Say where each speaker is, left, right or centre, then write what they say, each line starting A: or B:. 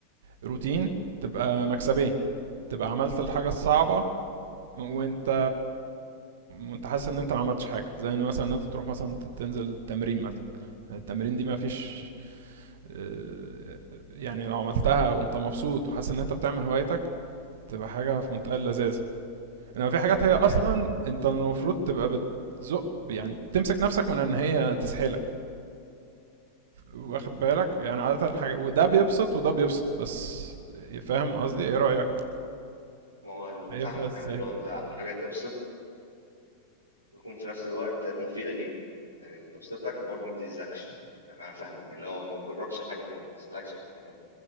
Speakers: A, on the right (about 60°); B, on the right (about 90°).
A: روتين تبقى مكسبين تبقى عملت الحاجة
B: اه
A: الصعبة وانت وانت حاسس ان انت ما عملتش حاجة زي ان مثلا ان انت تروح مثلا ت- تنزل تمرين مثلا التمرين دي ما فيش آه، يعني لو عملتها وانت مبسوط وحاسس ان انت بتعمل هوايتك تبقى حاجة في منتهى اللذاذ انما في حاجات
B: ايوه
A: هي اصلا
B: ما
A: انت المفروض تبقى بتزق يعني بتمسك نفسك من ان هي تسحلك واخد بالك يعني عادة حاجة وده بيبسط وده بيبسط بس فاهم قصدي ايه رأيك
B: ما هو أنا
A: شايفها
B: فاهمك
A: ازاي
B: انا اللي هو انت حاجه تبسط ويكون في نفس الوقت مفيدة ليك يعني بتبسطك وبرضه ما بتأذكش انا فاهمك اللي هو ما تجركش لحاجة تانية ما تسحلكش في الحياة